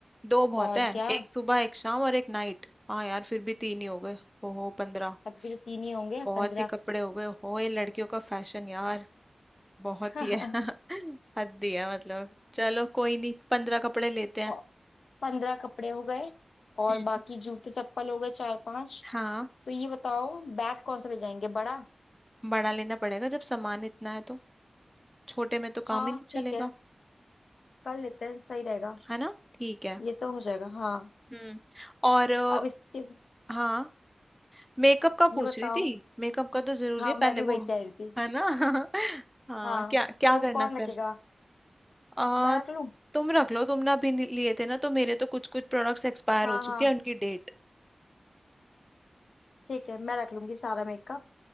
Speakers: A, in the centre; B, on the left.
A: दो बहुत
B: और
A: है
B: क्या
A: एक सुबह एक शाम और एक नाइट हाँ यार फिर भी तीन ही हो गए ओहो पंद्रह
B: तब भी तो तीन ही होंगे
A: बहुत
B: पंद्रह
A: ही कपड़े हो गए हो ये लड़कियों का फैशन यार बहुत
B: <laughs>
A: ही है <laughs> हद ही है मतलब चलो कोई नहीं पंद्रह कपड़े लेते हैं
B: और पंद्रह कपड़े हो गए और
A: हम्म।
B: बाकी जूते चप्पल हो गए चार पांच
A: हाँ
B: तो ये बताओ बैग कौन सा ले जाएंगे बड़ा
A: बड़ा लेना पड़ेगा जब सामान इतना है तो छोटे में तो काम
B: हाँ
A: ही नहीं चलेगा
B: ठीक है कर लेते हैं सही रहेगा
A: है ना ठीक है
B: ये तो हो जाएगा हाँ
A: हम्म और अ,
B: अब इसके
A: हाँ मेकअप का पूछ
B: ये बताओ
A: रही थी मेकअप का तो जरूरी
B: हाँ
A: है
B: मैं
A: पहले
B: भी
A: वो
B: वही कह रही थी
A: है ना <laughs> हाँ
B: हाँ
A: क्या क्या
B: तो
A: करना
B: कौन
A: फिर
B: रखेगा
A: आ,
B: मैं रख लूँ
A: तुम रख लो तुमने अभी नि- लिए थे ना तो मेरे तो कुछ कुछ प्रोडक्ट्स एक्सपायर
B: हाँ
A: हो
B: हाँ
A: चुके हैं उनकी डेट
B: ठीक है मैं रख लूंगी सारा मेकअप